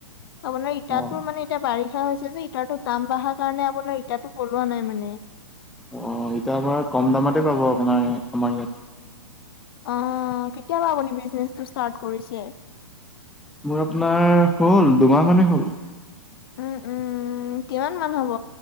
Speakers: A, on the left; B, in the centre.
A: আপোনাৰ ইটা
B: অ
A: তোৰ মানে- এতিয়া বাৰিষা হৈছে যে ইটাৰটো দাম বঢ়াৰ কাৰণে আপোনাৰ ইটাটো কৰোৱা নাই মানে।
B: অঁ' ইটা বাৰু ইয়াত কম দামতে পাব আপোনাৰ ইয়াত আমাৰ ইয়াত।
A: অঁ' কেতিয়াপা আপুনি বিজনেচটো ষ্টাৰট কৰিছে?
B: মোৰ আপোনাৰ হ'ল দুমাহ মানেই হ'ল।
A: উম উম' কিমান মান হ'ব